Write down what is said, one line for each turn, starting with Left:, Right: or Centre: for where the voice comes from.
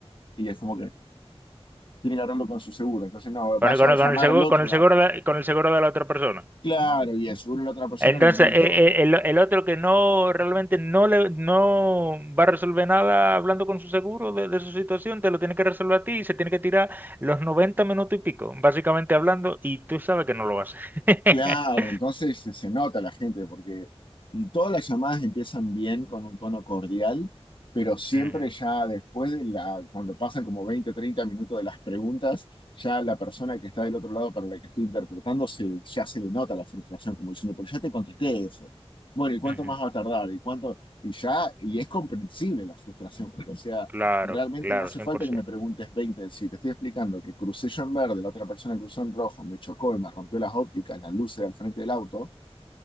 Left: Y es como que tiene que hablarlo con su seguro. Entonces, no,
Right: Con,
Left: vaya
Right: el- con,
Left: a
Right: el
Left: llamar
Right: con el seguro,
Left: al otro
Right: con el
Left: lado.
Right: seguro de, con el seguro de la otra persona.
Left: Claro, y el seguro de la otra persona
Right: Entonces,
Left: es lo mismo.
Right: e- e- el, el otro que no realmente no le no va a resolver nada hablando con su seguro de, de su situación, te lo tiene que resolver a ti y se tiene que tirar los 90 minutos y pico, básicamente hablando, y tú sabes que no lo hace. <laughs>
Left: Claro, entonces se se nota la gente, porque y todas las llamadas empiezan bien con un tono cordial, pero siempre
Right: Ujú,
Left: ya después de la, cuando pasan como 20 30 minutos de las preguntas, ya la persona que está del otro lado para la que estoy interpretando, se, ya se le nota la frustración, como diciendo, pero ya te contesté eso. Bueno, ¿y cuánto
Right: ujú.
Left: más va a tardar? ¿Y cuánto? Y ya, y es comprensible la frustración, porque o sea,
Right: Claro,
Left: Realmente
Right: claro,
Left: no hace
Right: 100%.
Left: falta que me preguntes veinte Si te estoy explicando que crucé yo en verde, la otra persona cruzó en rojo, me chocó y me rompió las ópticas, las luces al frente del auto,